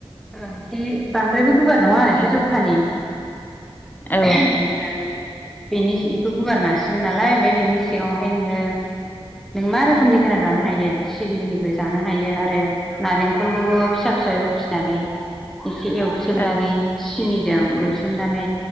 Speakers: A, in the centre; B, on the left (about 20°).
A: एसे बांद्रायबो गुवार नङा आरो एसे
B: ओ
A: जखानि
B: औ
A: ओमफ्राय बेनि बेखौ गुवार नासिगोन नालाय ओमफ्राय बेनि सिङावहाय नोङो नों मा रोखोमनि होना जानो हायो सिबिंनिबो जानो हायो आरो नारेंखलखौबो फिसा फिसा रुखिनानै एसे एव एवसोमनानै
B: औ
A: सिनिजों एवसोमनानै